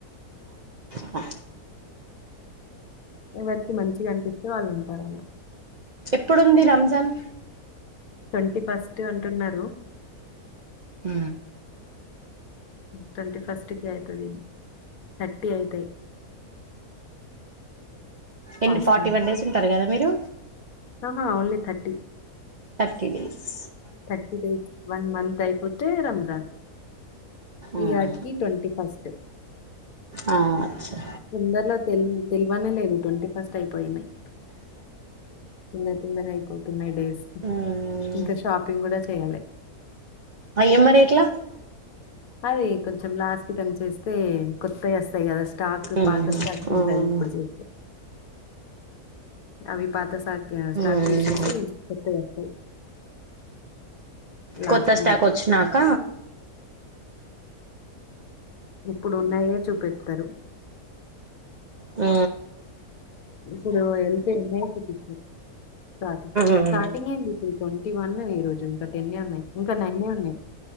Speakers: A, on the right; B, on the left.
A: హా
B: ఎవరికి మంచిగా అనిపిత్తే వాళ్ళు ఉంటారు అలా
A: ఎప్పుడుంది రంజాన్
B: ట్వంటీ ఫస్ట్ అంటున్నారు
A: హు
B: ట్వంటీ ఫస్ట్ కి అయితది థర్టీ అయితయి ఫాస్టింగ్
A: ఎన్ని ఫార్టీ వన్ డేస్ ఉంటారు కదా మీరు
B: ఆహా thirty
A: thirty days
B: thirty days one month అయిపోతే రంజాన్
A: ఉమ్
B: ఈ యాటికి ట్వంటీ ఫస్ట్
A: ఆ అచ్చా
B: తొందరలో తెల్ తెలివనే లేదు ట్వంటీ ఫాస్ అయిపోయినయి తొందర తొందర అయిపోతున్నయి డేస్
A: ఉమ్
B: ఇంకా షాపింగ్ కూడా చేయలే
A: అయ్యో మరి ఎట్లా
B: అయి కొంచెం లాస్ట్కి అని చేస్తే కొత్తవి వస్త కదా స్టాక్
A: ఉహు
B: పాత స్టాక్ ఉంటంది
A: ఉమ్
B: ఇప్పుడు చేత్తే అవి పాత కొత్త సా స్టాక్
A: ఉమ్
B: తీసేసి కొత్తవి వస్తాయి లాస్ట్
A: కొత్త స్టాక్ వచ్చినాక
B: ఇప్పుడున్నయే చూపిత్తరు
A: ఆ
B: ఇప్పుడు వెళ్తే ఉన్నాయే చూపిస్తరు స్టార్టింగ్
A: ఉమ్
B: స్టార్టింగ్ ఏందిప్పుడు ట్వంటీ వన్ ఈ రోజు ఇంకా టెన్నే ఉన్నయి ఇంకా నైనే ఉన్నయి